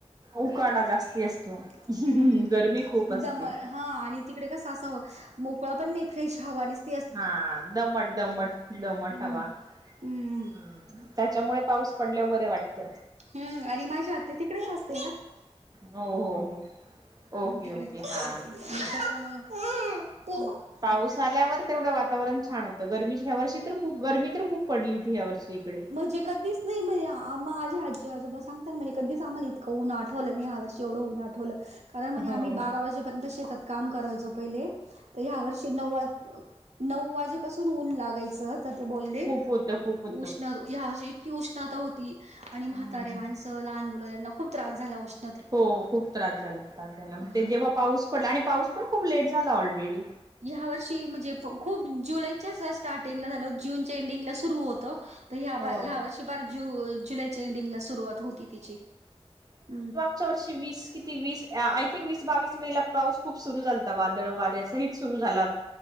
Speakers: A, on the right; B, on the right.
A: उकाडा जास्ती असतो
B: हम्म
A: गरमी खूप असते.
B: दम हा आणि तिकडे कस आस मोकळं पण नाही फ्रेश हावा नीस
A: हा दमट दमट दमट
B: हम्म
A: हवा.
B: हम्म
A: हम् त्याच्यामुळे पाऊस पडल्यावर बरे वाटत.
B: हम्म आणि माझी आत्या तिकडेच असते ना.
A: हो हो हो ओके
B: हम् तिकडे
A: ओके
B: त्याच्यामुळे
A: हा.
B: <unintelligible>
A: पाऊस आल्यावर तेवढं वातावरण छान होतं गरमीच् ह्या वर्षी तर खूप गर्मी तर खूप पडली होती ह्या वर्षी इकडे.
B: जे काधीस नई मीई आम माझे आजी आजोबा सांगताना म्हणे कधीच आम्हाला इतकं ऊन आठवलं नाही ह्या वर्ष एवड ऊन आठवलं कारण म्हणे
A: हो.
B: आम्ही बारा वाजेपर्यंत शेतात काम करायचो पहिले त ह्या वर्षी नऊ वाज नऊ वाजेपासून ऊन लागायचं तर ते बोलले.
A: होत खूप होतं.
B: उष्ण ह्या वर्षी इतकी उष्णता होती आणि म्हातारे
A: हम्म
B: माणस त लहान मुलं यांना खूप त्रास झाला उष्ण
A: हो खूप त्रास झाला त्रास ञास झाला म
B: अह,
A: ते जेव्हा पाऊस पडला आणि पाऊस पण खूप लेट झाला ऑलरेडी.
B: ह्या वर्षी म्हणजे प खूप जुलैच्या स स्टार्टिंगला झालं जूनच्या एंडिंगला सुरू होत. ह ह्या
A: हो
B: वर्षी पार जु जुलैच्या एंडिंगला सुरुवात होती तिची हम्म
A: पुच्या वर्षी वीस किती वीस आय थिंक वीस बावीस मेला पाऊस खूप सुरू झालता वादळ वाऱ्या सहीच सुरू झाला